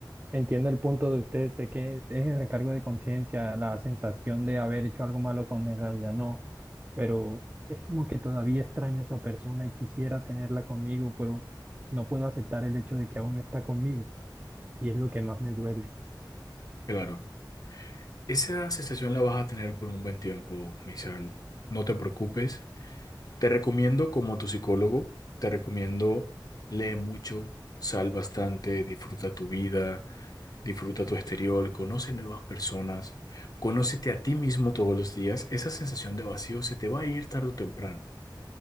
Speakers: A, on the right (about 25°); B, on the left (about 50°).
A: Entiendo el punto de usted, sé que es el recargo de conciencia, la sensación de haber hecho algo malo cuando en realidad no, pero es como que todavía extraño a esa persona y quisiera tenerla conmigo, pero no puedo aceptar el hecho de que aún no está conmigo y es lo que más me duele.
B: Claro, esa sensación la vas a tener por un buen tiempo, Misael. No te preocupes. Te recomiendo como tu psicólogo, te recomiendo lee mucho, sal bastante, disfruta tu vida Disfruta tu exterior, conoce nuevas personas, conócete a ti mismo todos los días. Esa sensación de vacío se te va a ir tarde o temprano.